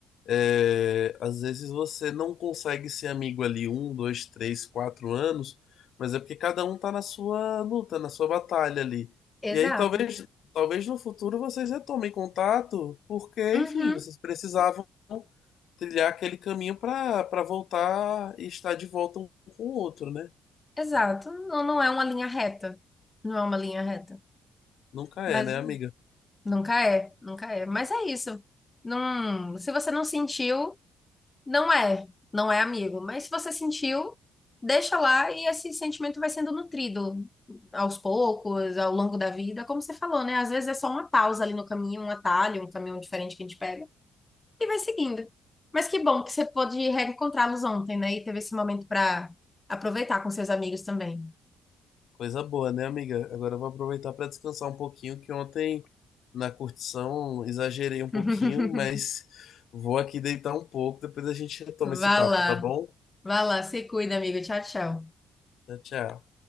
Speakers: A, on the left; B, on the left.
A: é, às vezes você não consegue ser amigo ali um, dois, três, quatro anos, mas é porque cada um tá na sua luta, na sua batalha ali.
B: Exato.
A: E aí talvez, talvez no futuro vocês retomem contato, porque,
B: Uhum,
A: enfim, vocês precisavam. trilhar aquele caminho para para voltar e estar de volta um com o outro, né?
B: exato. Não, não é uma linha reta. Não é uma linha reta.
A: Nunca
B: Mas
A: é, né, amiga?
B: nunca é, nunca é. Mas é isso. Não, se você não sentiu, Não é, não é amigo, mas se você sentiu, deixa lá e esse sentimento vai sendo nutrido aos poucos, ao longo da vida, como você falou, né? Às vezes é só uma pausa ali no caminho, um atalho, um caminho diferente que a gente pega e vai seguindo. Mas que bom que você pôde reencontrá-los ontem, né? E teve esse momento para aproveitar com seus amigos também.
A: Coisa boa, né, amiga? Agora eu vou aproveitar para descansar um pouquinho, que ontem na curtição exagerei um pouquinho,
B: <laughs>
A: mas vou aqui deitar um pouco, depois a gente retoma
B: Vá
A: esse papo,
B: lá,
A: tá bom?
B: vá lá, se cuida, amigo. Tchau, tchau.
A: Tchau, tchau.